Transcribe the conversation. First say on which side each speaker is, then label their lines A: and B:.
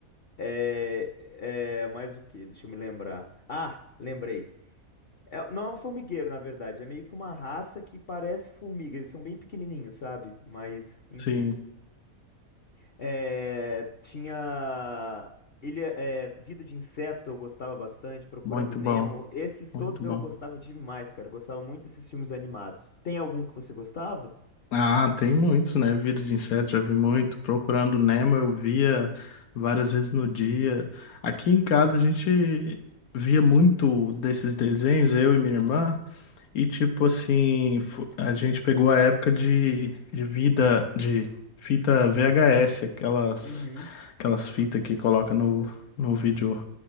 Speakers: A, on the left; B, on the left.
A: É, é mais o que? Deixa eu me lembrar. Ah, lembrei. É- não é um formigueiro, na verdade, é meio que uma raça que parece formiga. Eles são bem pequenininhos, sabe? Mas, enfim.
B: Sim.
A: É, tinha Ilha, é, Vida de Inseto, eu gostava bastante, Procurando
B: Muito
A: Nemo.
B: bom,
A: Esses
B: muito
A: todos eu
B: bom.
A: gostava demais, cara. Gostava muito desses filmes animados. Tem algum que você gostava?
B: Ah, tem muitos, né? Vida de inseto, já vi muito. Procurando Nemo,
A: Uhum.
B: eu via várias vezes no dia. Aqui em casa a gente via muito desses desenhos, eu e minha irmã, e tipo assim, fo- a gente pegou a época de, de vida de fita VHS, aquelas,
A: Uhum.
B: aquelas fitas que coloca no, no vídeo